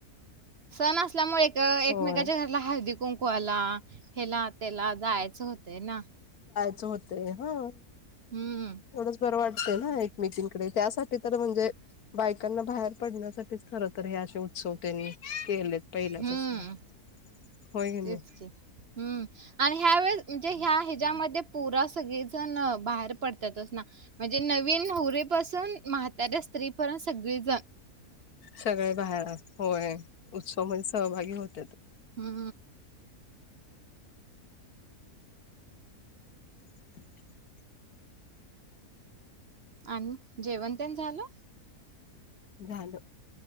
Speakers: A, on the right; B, on the left.
A: सण असल्यामुळे एक एकमेकाच्या
B: होय
A: घरला हळदी कुंकु आला हेला त्याला जायचं होते ना
B: च होतंय हं!
A: हम्म
B: एवढच बरं वाट ना एकमेकींकडे त्यासाठी तर म्हणजे बायकांना बाहेर पडण्यासाठीच खर तर हे असे उत्सवतेनी केलेत पहिल्यापासून
A: हम्म
B: होय नाही
A: तेच की हू आण ह्यावेेळेस म्हणजे ह्या हिच्यामध्ये पोरा सगळीजण बाहेर पडतातच ना म्हणजे नवीन होरी पासून म्हाताऱ्या स्त्री पर्यंत सगळीजण.
B: सगळे बाहेर होय उत्सव म्हदे सहभागी <unintelligible>
A: हू!
B: <inaudible>
A: आणि जेवन त्यान झालं.
B: झालं.